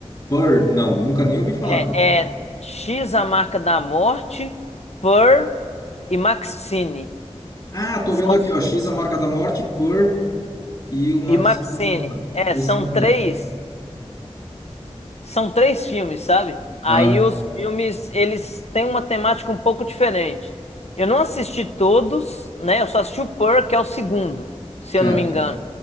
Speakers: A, on the left; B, on the left.
A: Purr, não, nunca nem ouvi falar.
B: É
A: cara.
B: é X, a marca da morte, Pearl e Maxine.
A: Ah, tô
B: São,
A: vendo aqui, ó, X, a marca da morte, Purr e o Maxine
B: e Maxine.
A: não aparece.
B: É,
A: Esse
B: são
A: não aparece.
B: três. São três filmes, sabe? Aí
A: Ah,
B: os filmes, eles têm uma temática um pouco diferente. Eu não assisti todos, né? Eu só assisti o Purr, que é o segundo, se
A: certo.
B: eu não me engano,